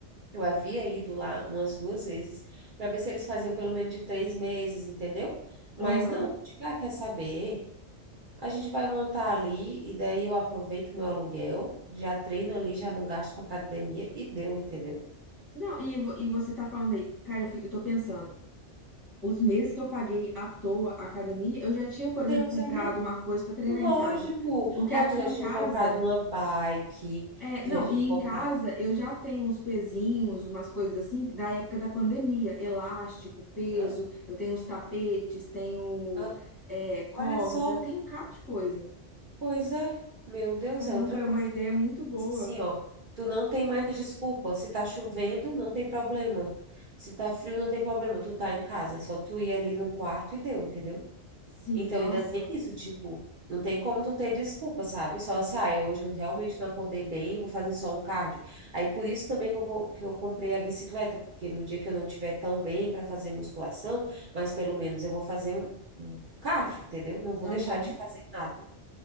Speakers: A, on the right; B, on the left.
A: eu havia ido lá umas duas vezes para ver se eles faziam pelo menos de três meses, entendeu? Mas
B: Aham.
A: não, tipo, ah, quer saber? A gente vai montar ali e daí eu aproveito meu aluguel, já treino ali, já não gasto com academia e deu, entendeu?
B: Não, e, vo- e você tá falando aí, cara, eu, fico, eu tô pensando, os meses que eu paguei à toa a academia, eu já tinha, por exemplo,
A: Deus
B: comprado
A: é mãe.
B: uma coisa pra treinar
A: Lógico.
B: em casa. Porque
A: Ó,
B: aqui
A: tu já
B: em
A: tinha
B: casa.
A: comprado uma bike,
B: É,
A: tu
B: não,
A: já tinha
B: e em
A: comprado.
B: casa eu já tenho uns pezinhos, umas coisas assim, da época da pandemia, elástico, peso,
A: Hã?
B: eu tenho uns tapetes, tenho
A: Hã?
B: é,
A: Olha
B: corda,
A: só,
B: tenho um cabo de coisa.
A: pois é. Meu Deus,
B: Caramba,
A: é outra
B: é
A: coisa.
B: uma ideia muito boa.
A: assim, ó, tu não tem mais desculpa. Se tá chovendo, não tem problema. Se tá frio, não tem problema. Tu tá em casa, é só tu ir ali no quarto e deu, entendeu?
B: Sim,
A: Então
B: nossa,
A: ainda tem isso, tipo, não tem como tu ter desculpa, sabe? Só assim, ah, hoje eu realmente não acordei bem, eu vou fazer só um cardio. Aí por isso também que eu, co- que eu comprei a bicicleta, porque no dia que eu não tiver tão bem para fazer musculação, mas pelo menos eu vou fazer um, um cardio, entendeu? Não vou
B: aham,
A: deixar de fazer nada.